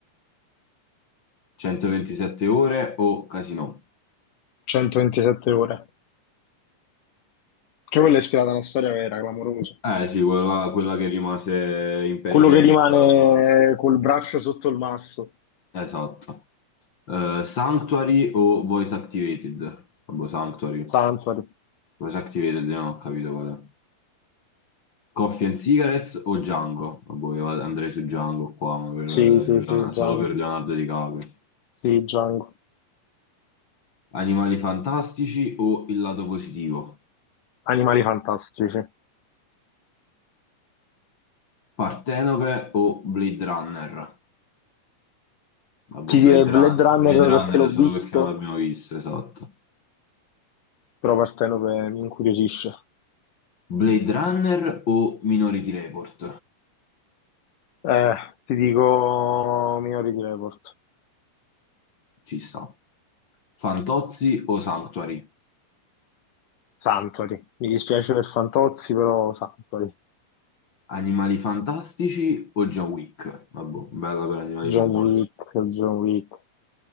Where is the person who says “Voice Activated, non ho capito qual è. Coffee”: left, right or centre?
Left